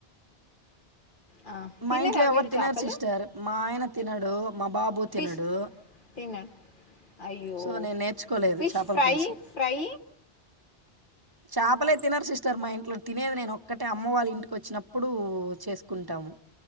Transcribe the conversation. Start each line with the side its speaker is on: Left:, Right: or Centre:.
Left: ఆ తిన్నరా
Right: మా ఇంట్లో ఎవరు
Left: మీరు
Right: తినరు
Left: చేపలు?
Right: సిస్టర్ మా ఆయన తినడు మా బాబు తినడు
Left: ఫిష్ తినరు. అయ్యో!
Right: సో నేను నేర్చుకోలేదు
Left: ఫిష్
Right: చేపల
Left: ఫ్రై,
Right: పులుసు
Left: ఫ్రై
Right: చేపలే తినరు సిస్టర్ మా ఇంట్లో తినేది నేను ఒక్కటే అమ్మ వాళ్ళ ఇంటికి వచ్చినప్పుడు చేసుకుంటాము